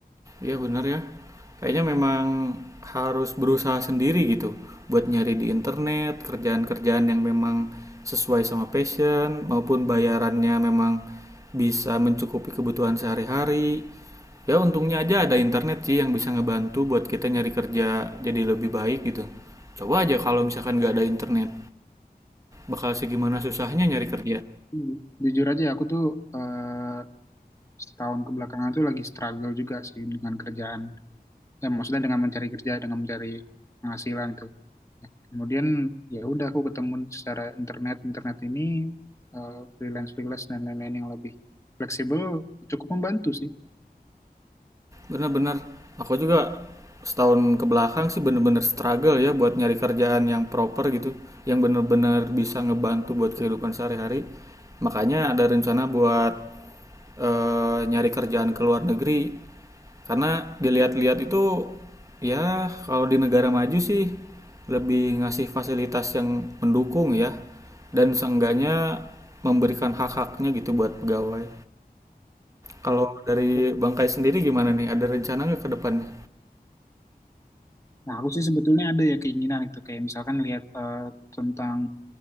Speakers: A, on the right; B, on the left.
A: Iya benar ya. Kayaknya memang harus berusaha sendiri gitu buat nyari di internet kerjaan-kerjaan yang memang sesuai sama passion maupun bayarannya memang bisa mencukupi kebutuhan sehari-hari ya untungnya aja ada internet sih yang bisa ngebantu buat kita nyari kerja jadi lebih baik gitu coba aja kalau misalkan nggak ada internet bakal segimana susahnya nyari kerja
B: Mm-hmm. Jujur aja, aku tuh eh, setahun kebelakangan tuh lagi struggle juga sih dengan kerjaan eh, maksudnya dengan mencari kerja dengan mencari penghasilan itu Nah, kemudian ya udah aku ketemu secara internet internet ini eh, freelance freelance dan lain-lain yang lebih fleksibel cukup membantu sih
A: bener-bener aku juga setahun kebelakang sih bener-bener struggle ya buat nyari kerjaan yang proper gitu yang bener-bener bisa ngebantu buat kehidupan sehari-hari makanya ada rencana buat eh, nyari kerjaan ke luar negeri karena dilihat-lihat itu ya kalau di negara maju sih lebih ngasih fasilitas yang mendukung ya dan seenggaknya memberikan hak-haknya gitu buat pegawai. Kalau
B: Gitu.
A: dari Bangkai sendiri gimana nih? Ada rencana nggak ke depannya?
B: Nah, aku sih sebetulnya ada ya keinginan itu kayak misalkan lihat eh, tentang